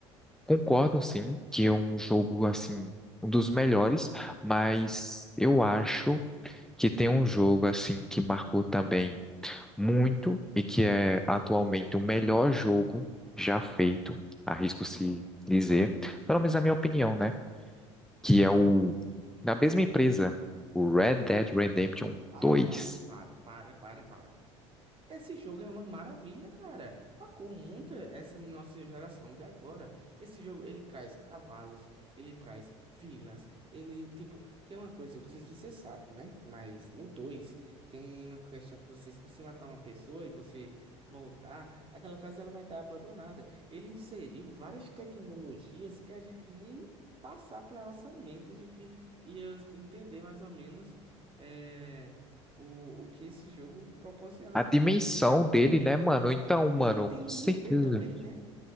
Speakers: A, in the centre; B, on the right.
A: concordo sim que é um jogo assim um dos melhores, mas eu acho que tem um jogo assim que marcou também muito e que é atualmente o melhor jogo já feito, arrisco se dizer, pelo menos na minha opinião, né? Que é o da mesma empresa, o Red Dead Redemption
B: Ah,
A: dois
B: para, para, para, para, para. Esse jogo é uma maravilha, cara. Marcou muito essa nossa geração de agora. Esse jogo, ele traz cavalos, ele traz vilas, ele, tipo, tem uma coisa, eu não sei se você sabe, né? Mas no 2 tem uma questão que você, se você matar uma pessoa e você voltar, aquela casa ela vai estar abandonada. Ele inseriu várias tecnologias que a gente nem passar pela nossa mente, a gente ia entender mais ou menos. eh, o, o que esse jogo proporciona
A: A
B: pra
A: dimensão
B: gente.
A: dele, né,
B: E,
A: mano? Então,
B: e
A: mano,
B: ele tem
A: com certeza.
B: RP também, né?